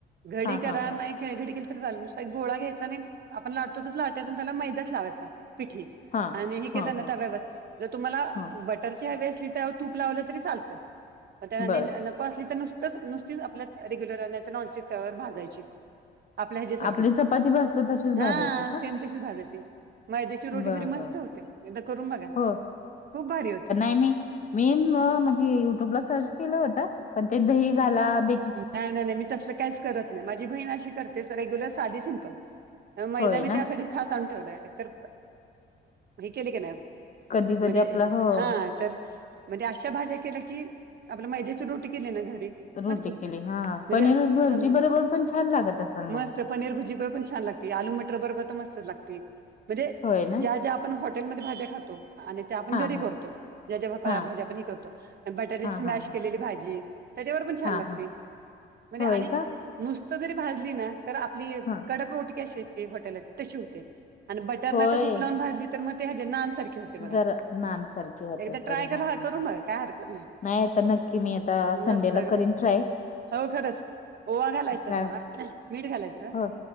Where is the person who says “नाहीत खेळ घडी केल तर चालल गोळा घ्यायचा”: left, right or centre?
Right